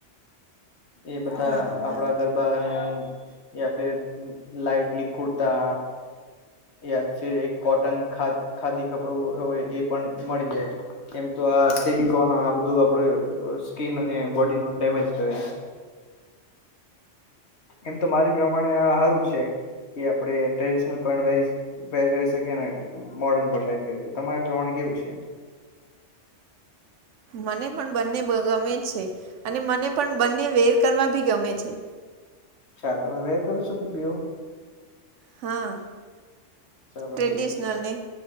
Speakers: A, on the left; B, on the right.
A: એ બધા
B: હા મને
A: આપણા ગર. બા નું યા ફેર લઇટલી કુરતા. યા એક કોટના ખા ખાદી કપડું હોય એ પણ મળી જાય છે. એમ તો આ સિલિકોન આ બધું આપડ સ્કીિન અને બોડી નું ડેમેજ કરે. એમ તો મારી પ્રમાણે આ હારું છે. કે આપણે ટ્રેડિશનલ પણ વ વેર કરી શકીએ ને. મોડન પણ વેર કરી છે તમારે પ્રમાણે કેવું છે?
B: મને પણ બંને ગમે છે અને મને પણ બંને વેર કરવા બી ગમે છે.
A: અચ્છા તમે વેર કરું છો બેવ?
B: હા
A: ચાલો
B: ટ્રેડિશનલ
A: ઠીક
B: ને